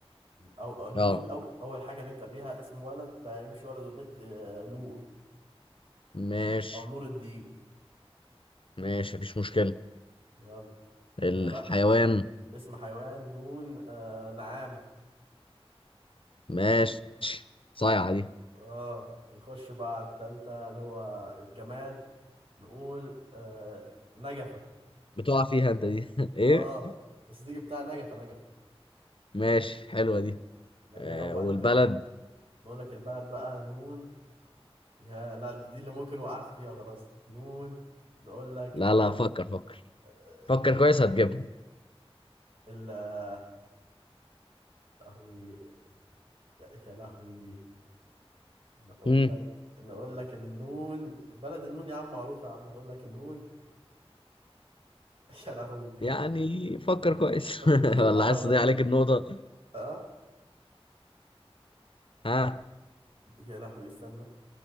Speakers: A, on the right (about 60°); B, on the left (about 55°).
A: او أو نقول
B: اه
A: أو اول حاجه نبدا بيها اسم ولد ده هيمشي ولد وبنت آه، نور
B: ماشي
A: او نور الدين
B: ماشي مفيش مشكلة
A: يلا نبدا
B: الحيوان
A: بقى اسم حيوان نون آه نعامه
B: ماشي
A: يلا
B: صايعة دي
A: اه نخش بقى على التالتة اللي هو الجماد نقول آه نجفه
B: بتقع فيها انت دي <laughs> ايه
A: اه بس دي جبتها نجفه نجفه
B: ماشي حلوة دي
A: نجفه
B: آه
A: وبعد
B: والبلد
A: كده نقول نقول لك البلد بقى نون يا لا دي اللي ممكن وقعت فيها خلاص نون نقول لك
B: لا
A: آه
B: لا فكر فكر
A: آه،
B: فكر كويس هتجيبها
A: ال آه، لهوي يا يا لهوي نقول
B: امم
A: لك نقول لك النون بلد النون يا عم معروفة يا عم نقول لك النون <laughs> يا لهوي
B: يعني فكر كويس
A: طب
B: <laughs>
A: اديني القارة
B: ولا عايز
A: طيب
B: تضيع عليك النقطة
A: اه
B: ها
A: يا لهوي استنى